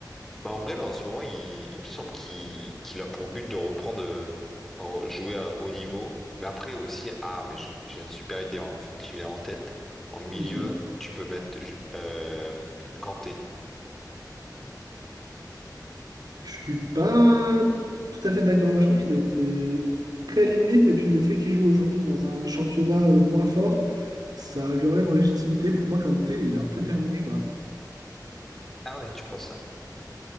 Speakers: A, in the centre; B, on the right.
A: Bah, en vrai, là, en ce moment, il, il me semble qu'il qu'il a pour but de reprendre, euh, re- jouer à haut niveau. Mais après aussi, ah, mais je- j'ai une super idée hein, en fait qui vient en tête. En milieu,
B: Dis-moi.
A: tu peux mettre je- euh, Kanté.
B: Je suis pas tout à fait d'accord. Moi, je trouve qu'il était très limite. Et puis, le fait qu'il joue aujourd'hui dans un championnat euh, moins fort, ça lui enlève en légitimité. Pour moi, Kanté, il est un peu terminé, quoi.
A: Ah ouais, tu penses ça?